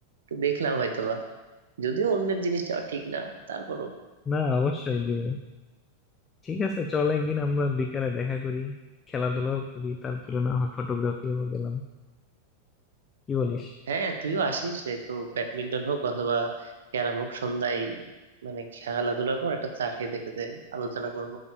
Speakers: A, on the right (about 65°); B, on the left (about 20°).
A: তো দেখলাম হয়তো বা। যদিও অন্যের জিনিস যাওয়া ঠিক না তারপরও
B: না অবশ্যই দিব ঠিক আছে চল একদিন আমরা বিকালে দেখা করি খেলাধুলাও করি তারপরে না হয় ফটোগ্রাফিও গেলাম কি বলিস
A: হ্যাঁ তুইও আসিস এই তো ব্যাডমিন্টন হোক অথবা ক্যারাম হোক সন্ধ্যায় মানে খেলাধুলার পর একটা চা খেয়ে দেখে দে আলোচনা করব